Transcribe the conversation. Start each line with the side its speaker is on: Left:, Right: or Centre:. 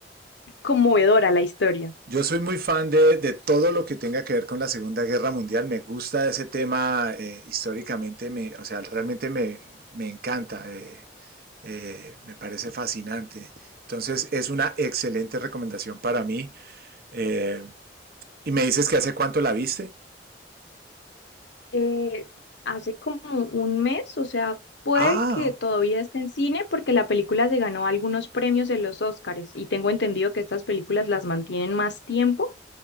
Left: conmovedora la historia.
Right: Yo soy muy fan de, de todo lo que tenga que ver con la Segunda Guerra Mundial. Me gusta ese tema eh, históricamente, me, o sea, realmente me, me encanta, eh, eh, me parece fascinante. Entonces es una excelente recomendación para mí. Eh, y me dices que hace cuánto la viste.
Left: eh, hace como un mes, o sea, puede
Right: Ah,
Left: que todavía esté en cine porque la película se ganó algunos premios en los Oscars y tengo entendido que estas películas las mantienen más tiempo.